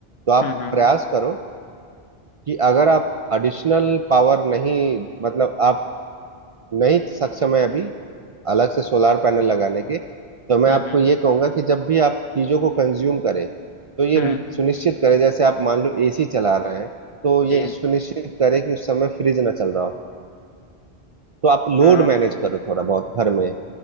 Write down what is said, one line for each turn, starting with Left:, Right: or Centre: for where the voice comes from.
Right: तो आप
Left: हम्म हम्म
Right: प्रयास करो कि अगर आप एडिशनल पावर नहीं मतलब आप नहीं सक्षम है अभी अलग से सोलार पैनल लगाने के तो मैं
Left: हम्म
Right: आपको
Left: हम्म
Right: ये कहूंगा कि जब भी आप चीजों को कंज्यूम करें तो ये
Left: हम्म,
Right: सुनिश्चित करें जैसे आप मान लो एसी चला रहे हैं तो ये
Left: जी
Right: सुनिश्चित करें कि उस समय फ्रिज ना चल रहा हो तो आप लोड
Left: अ,
Right: मैनेज करो थोड़ा बहुत घर में